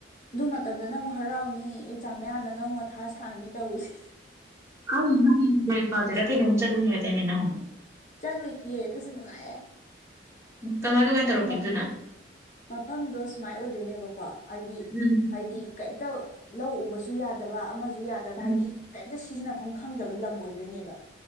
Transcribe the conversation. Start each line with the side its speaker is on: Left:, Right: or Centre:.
Left: ꯑꯗꯨ ꯃꯇꯝꯗꯅ ꯑꯃꯨꯛ ꯍꯔꯥꯎꯅꯤ ꯑꯦꯛꯖꯥꯝ ꯃꯌꯥꯗꯅ ꯑꯃꯨꯛ ꯃꯊꯥ ꯁꯥꯅꯤ ꯇꯧꯔꯤꯁꯦ
Right: <unintelligible> ꯆꯠꯂꯨꯏ ꯍꯥꯏꯗꯥꯏꯅꯦ ꯅꯍꯥꯟꯋꯥꯏ <unintelligible>
Left: ꯆꯠꯂꯨꯏꯌꯦ ꯑꯗꯨꯁꯨ ꯅꯨꯡꯉꯥꯏꯌꯦ
Right: ꯀꯃꯥꯏ ꯀꯃꯥꯏ
Left: ꯍꯥꯏꯗꯤ
Right: ꯇꯧꯔꯛꯀꯦ ꯑꯗꯨꯅ
Left: ꯃꯐꯝꯗꯣ ꯁꯨꯃꯥꯏꯅ ꯑꯣꯏꯗꯣꯏꯅꯦꯕꯀꯣ ꯍꯥꯏꯗꯤ
Right: ꯎꯝ
Left: ꯍꯥꯏꯗꯤ ꯀꯩꯝꯇ ꯂꯧ ꯎꯕꯁꯨ ꯌꯥꯗꯕ ꯑꯃꯁꯨ ꯌꯥꯗꯕ
Right: ꯎꯝ
Left: ꯍꯥꯏꯗꯤ ꯀꯩꯝꯇ ꯁꯤꯖꯤꯟꯅꯐꯝ ꯈꯪꯗꯕ ꯂꯝ ꯑꯣꯏꯗꯣꯏꯅꯦꯕ